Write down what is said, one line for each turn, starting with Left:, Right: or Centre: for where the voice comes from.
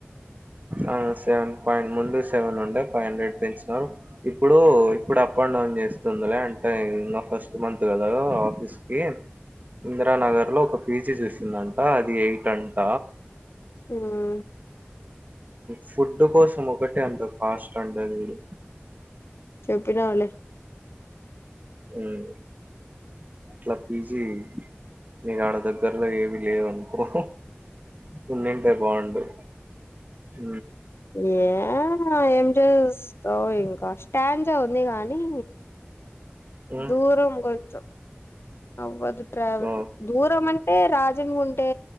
Right: ఆ సెవెన్ పాయింట్ ముందు సెవెన్ ఉండే ఫైవ్ హండ్రెడ్ పెంచున్నారు ఇప్పుడు ఇప్పుడు అప్ అండ్ డౌన్ చేస్తుందిలే అంటే ఇంకా ఫస్ట్ మంత్ కదా ఆఫీస్ కి ఇందిరానగర్ లో ఒక పీజీ చూసిందంట అది ఎయిట్ అంట
Left: ఉమ్
Right: ఫుడ్డు కోసం ఒకటే అంత కాస్ట్ అండదు <inaudible>
Left: చెూప్పినవులే
Right: ఉమ్ అట్లా పీజీ నీకు ఆడ దగ్గర్లో ఏవి లేవునుకో ఉండుంటే బాగుండు హ
Left: ఏ ఏం చెస్ సో ఇంకా స్టాంజ ఉంది కానీ
Right: ఉమ్,
Left: దూరం కొంచం అవ్వదు ట్రావెల్
Right: ఓ,
Left: దూరం అంటే రా మార్సింగ్ ఉంటే